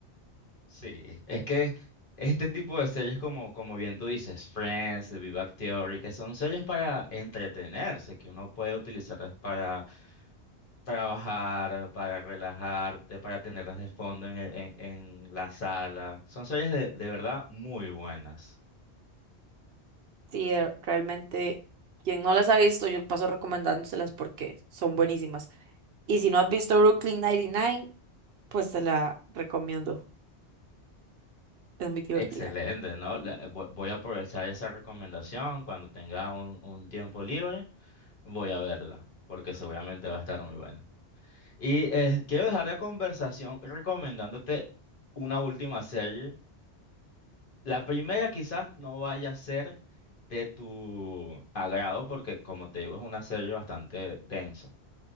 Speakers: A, on the left; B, on the right.
A: Sí, es que este tipo de series como, como bien tú dices, Friends, The Big Bang Theory, que son series para entretenerse, que uno puede utilizarlas para trabajar, para relajarte, para tenerlas de fondo en, el- en- en la sala. Son series de, de verdad muy buenas.
B: Sí, eh, realmente quien no las ha visto, yo paso recomendándoselas porque son buenísimas. Y si no has visto Brooklyn 99, pues te la recomiendo. Es muy divertida.
A: Excelente, ¿no? La- vo- voy a aprovechar esa recomendación cuando tenga un, un tiempo libre, voy a verla, porque seguramente va a estar muy buena. Y eh, quiero dejar la conversación recomendándote una última serie. La primera quizás no vaya a ser de tu agrado porque, como te digo, es una serie bastante densa.